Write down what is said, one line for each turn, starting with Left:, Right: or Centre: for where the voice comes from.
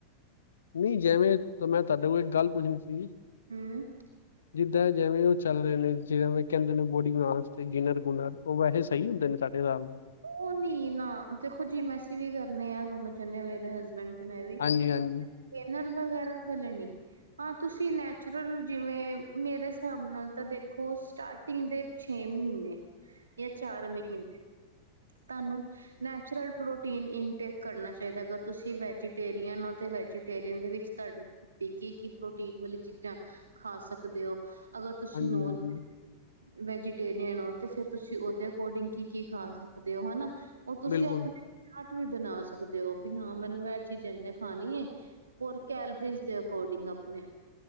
Left: ਨਈ ਜਿਵੇਂ ਮੈਂ ਤਾਡੇ ਕੋਲ ਇੱਕ ਗੱਲ ਪੁੱਛਣੀ ਸੀ।
Right: ਹਮ <unintelligible>
Left: ਜਿੱਦਾਂ ਜੈਵੇਂ ਔਹ ਚੱਲ ਰੇ ਨੇ ਜਿਵੇਂ ਐ ਕੈਂਦੇ ਨੇ ਬੋਡੀ ਬਨਾਨ ਵਾਸਤੇ ਗਿਨਰ -ਗੁਨਰ ਔ ਵੈਹੇ ਸ ਈ ਹੁੰਦੇ ਨੇ ਸਾਡੇ ਨਾਲ ਵੀ
Right: ਔ ਨੀ ਨਾ ਦੇਖੋ ਜਿਮੇ ਅਸੀ ਵੀ ਕਰਨੇ ਆ ਔਨਾ ਚੇ ਮੇਰੇ ਹਸਬੈਂਡ ਤੇ ਮੈਂ ਵੀਨਰ
Left: ਹਾਂਜੀ ਹਾਂਜੀ
Right: ਵਗੈਰਾ ਬਲਣੀ, <unintelligible> ਹਾਂ ਤੁਸੀਂ ਨੈਚੁਰਲ ਜਿਵੇਂ ਮੇਰੇ ਹਿਸਾਬ ਨਾਲ ਤਾਂ ਦੇਖੋ ਸਟਾਰਟ, ਟੀਂਗ ਦੇ ਛੇ ਮਹੀਨੇ
Left: <inaudible>
Right: ਯਾ ਚਾਰ ਮਹੀਨੇ ਤਾਨੂੰ ਨੈਚੁਰਲ ਪ੍ਰੋਟੀਨ ਇਨਟੇਕ ਕਰਨਾ ਚਾਈਦਾ ਅਗਰ ਤੁਸੀਂ ਵੈਜੀਟੇਰੀਅਨ ਹੋ ਤੇ ਵੈਜੀ ਟੇਰਿਂਅਨ ਦੇ ਵਿੱਚ ਤਾਡੇ ਤੇ ਕਿ -ਕੀ ਪ੍ਰੋਟੀਨ ਵਾਲੀ ਚੀਜ਼ਾਂ ਹ ਖਾ ਸਕਦੇ ਔ ਹ ਅਗਰ ਤੁਸੀਂ
Left: ਹਾਂਜੀ
Right: ਨੋਨ
Left: ਹਾਂਜੀ
Right: <unintelligible> ਵੈਜੀਟੇਰੀਅਨ ਹੋ ਤੇ ਫੇਰ ਤੁਸੀਂ ਔਦੇ ਅਕੋਰਡਿੰਗ ਕੀ- ਕੀ ਖਾ ਸਕਦੇ ਔ ਰਖਦੇ ਹੋ ਹਨਾ, ਉਹ ਤੁਸੀਂ
Left: ਬਿਲਕੁਲ
Right: ਆਪਣੇ। ਚਾਹ ਚੂਹ ਵੀ ਬਣਾ ਸਕਦੇ ਹੋ ਵੀ ਹਾਂ ਮੈਨੂੰ ਇਹ ਚੀਜ਼ ਇਹਨੇ ਖਾਣੀ। ਹੋਰ ਕੈਲਰੀਜ਼ ਦੇ ਅਕੋਰਡਿੰਗ ਆਪਣੇ।